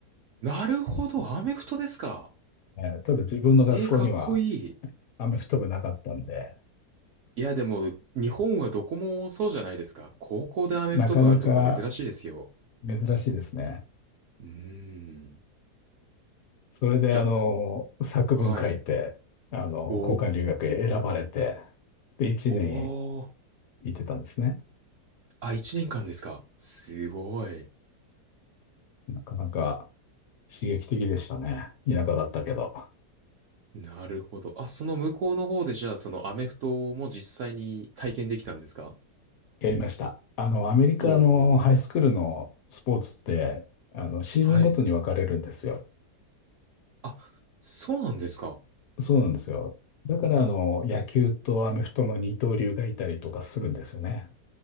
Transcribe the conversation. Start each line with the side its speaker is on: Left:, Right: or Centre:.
Right: なるほど、アメフトですか。
Left: えーただ自分の学校には
Right: えー、かっこいい。
Left: アメフト部なかったんで、
Right: いや、でも、日本はどこもそうじゃないですか。高校でアメフト部あるとこ珍しいですよ。
Left: なかなか珍しいですね。
Right: うーん。
Left: それで、
Right: じゃ
Left: あの、作文書いて、
Right: あ、はい。
Left: あの、
Right: お
Left: 交換留学へ選ばれて、
Right: ー、
Left: で、1年行ってたんですね。
Right: おー。あ、一年間ですか。すごい。
Left: なかなか刺激的でしたね。田舎だったけど、
Right: なるほど。あ、その向こうの方で、じゃあ、そのアメフトも実際に体験できたんですか
Left: やりました。あの、アメリカのハイスクールのスポーツって、
Right: おー。
Left: あの、シーズンごとに分かれるんですよ。
Right: はい。あ、そうなんですか。
Left: そうなんですよ。だから、あの、野球とアメフトの二刀流がいたりとかするんですよね。